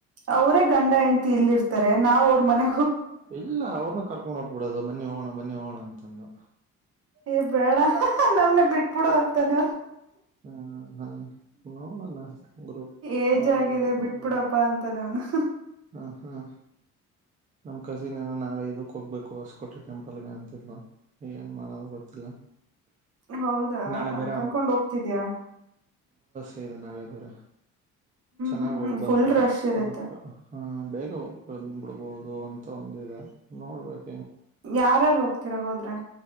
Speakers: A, on the right; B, on the right.
A: ಅವರೇ ಗಂಡ ಹೆಂಡ್ತಿ ಇಲ್ಲಿ ಇರ್ತಾರೆ ನಾವ್ ಅವ್ರ ಮನೆ
B: ಇಲ್ಲ ಅವ್ರನು ಕರ್ಕೊಂಡ್ ಹೋಗ್ಬಡೋದು ಬನ್ನಿ ಹೋಗೋಣ ಬನ್ನಿ ಹೋಗೋಣ. ತಂದು
A: ಏ ಬೇಡ <unintelligible> ನಮ್ನೆ ಬಿಟ್ಬಿಡು ಅತ್ತಾನ.
B: ಹ್ಮ ಹಾ ನೋಡೋಣ ಗ್ರೂಪ್
A: ಏಜ್
B: ಹಾಗೆ
A: ಆಗಿದೆ
B: ಹೋಗದ
A: ಬಿಟ್ಬಿಡಪ್ಪಾ ಅಂತಾನೆ ಅವ್ನು
B: ಹ್ಞಾ. ಹ್ಞಾ. ನಮ್ ಕಸಿನ್ ನ ನಾಳೆ ಇದಕ್ಕ ಹೋಗ್ಬೇಕು ಹೊಸಕೋಟೆ ಟೆಂಪಲ್ಗೆ ಅಂತಿದ್ಳು ಏನ್ ಮಾಡೋದು ಗೊತ್ತಿಲ್ಲ.
A: ಹೌದಾ
B: ನಾಳೆ ಬೇರೆ
A: ಕರ್ಕೊಂಡ್ ಹೋಗ್ತಿದಿಯಾ.
B: ದೆ ನಾಳೆ ಬೇರೆ ಚೆನ್ನಾಗ
A: ಹ್ಮ್
B: ಹೋಗ
A: ಹ್ಮ್
B: ಬಂದ್ರ
A: ಫುಲ್ ರಶ್ ಇರತ್ತೆ
B: ಬಟ್ ಹ್ನ ಬೇಗ ಹೋಗ ಬಂದ ಬಿಡ್ಬದು. ಅದು ಅಂತ ಒಂದಿದೆ ನೋಡ್ಬೇಕ.
A: ಯಾರಾರ ಹೋಗ್ತೀರಾ ಹೋದ್ <unintelligible>